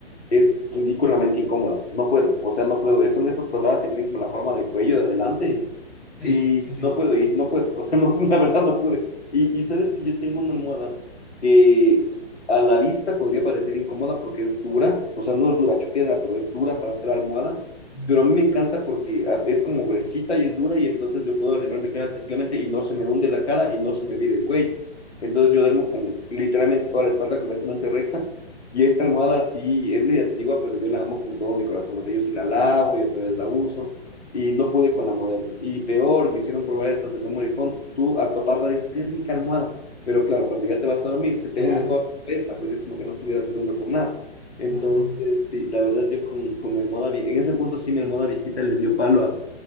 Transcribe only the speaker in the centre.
Sí,
sí, sí.
Ya.
Te
arde.
Claro.